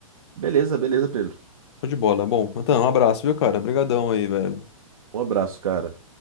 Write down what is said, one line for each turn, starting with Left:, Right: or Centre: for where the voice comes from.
Right: Beleza, beleza, Pedro.
Left: Tô de bola. Bom, então um abraço, viu, cara? Obrigadão aí, velho.
Right: Um abraço, cara.